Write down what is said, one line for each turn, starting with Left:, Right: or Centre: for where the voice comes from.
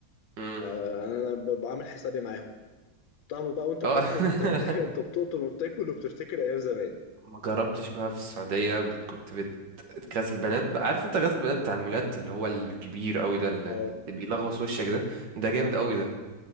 Right: امم
Left: آه انا ب- بعمل حسابي معاهم طعمه بقى وانت بتاكله
Right: اه <laughs>
Left: انت بت... <laughs> انت بتقطم وبتاكل وبتفتكر ايام زمان
Right: ما جربتش بقى في السعودية بت... كنت بت... غزل البنات بقى عارف انت غزل البنات بتاع المولات اللي هو الكبير قوي ده اللي
Left: اه
Right: بيلغوص وشك ده ده جامد
Left: اه
Right: قوي ده